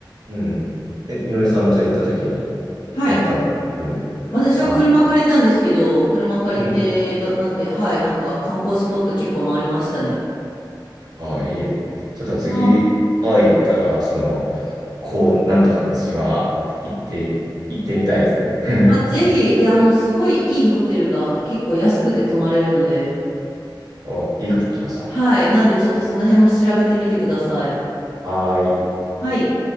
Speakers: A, on the right (about 55°); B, on the left (about 65°).
A: うん。え、みのりさんもそれ行った時に
B: はい。
A: 乗ったの自分で。
B: 私は車借りたんですけど、
A: ああ
B: 車借りて、
A: うん。
B: だ、なんで、はい、なんか観光スポット結構回りましたね。
A: ああいいです。ちょっと次、
B: あ
A: タイ行ったら、その、こう、なんとかって島行って、行ってみたいですね。<laughs>
B: あ、ぜひ、で、あの、すごいいいホテルが結構安くで泊まれるので、
A: お、いいこと聞きました。
B: はい、なんでちょっとその辺も調べてみてください。
A: はーい。
B: はい。